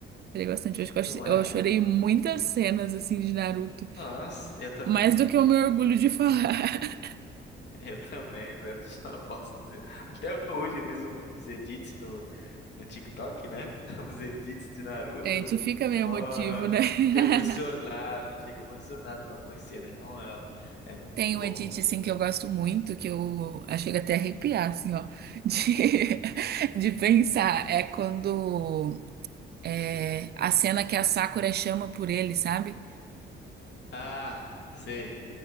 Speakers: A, on the right; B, on the left.
A: Chorei bastante. Eu acho que eu assisti-
B: não
A: eu
B: é?
A: chorei muitas cenas, assim, de Naruto.
B: Nossa, eu também.
A: Mais
B: <laughs>
A: do que o meu orgulho de falar. <laughs>
B: Eu também, velho. <laughs> Só posso dizer. Até hoje eu vejo uns edits no, no TikTok, né? <laughs> Uns edits de Naruto.
A: A gente
B: eu-
A: fica meio
B: Mano,
A: emotivo, né? <laughs>
B: fica emocionado. Fica emocionado com algumas cenas, na moral. É muito
A: Tem
B: bom.
A: um edit, assim, que eu gosto muito, que eu ah, chego até a arrepiar, assim, ó, de, <laughs> de pensar. É quando. É, a cena que a Sakura chama por ele, sabe?
B: Ah, sei.